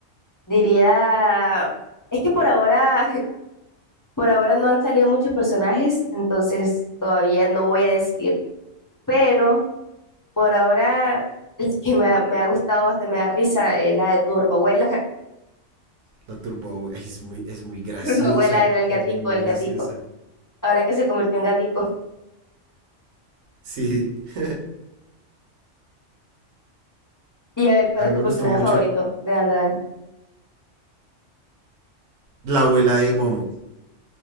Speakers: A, on the left; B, on the right.
A: Diría, es que por ahora, <laughs> por ahora no han salido muchos personajes, entonces todavía no voy a decidir. Pero por ahora, <laughs> el que me ha, me ha gustado, hasta me da risa, es la de tu abuela,
B: La Turbo, Boy. Ay, es muy, es muy graciosa.
A: <laughs> abuela era el gatico,
B: Es muy
A: el
B: graciosa.
A: gatico. Ahora que se convirtió en gatico.
B: Sí. <laughs>
A: Y a ver, ¿cuál
B: A
A: es
B: mí me
A: tu personaje
B: gustó mucho
A: favorito
B: el-
A: de Dandadan?
B: la abuela de Momo.